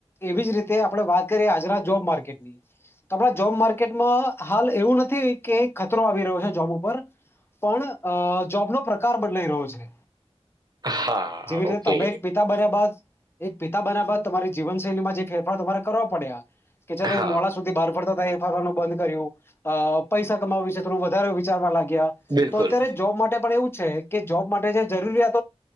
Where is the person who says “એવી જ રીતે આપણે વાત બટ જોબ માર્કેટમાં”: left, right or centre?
Left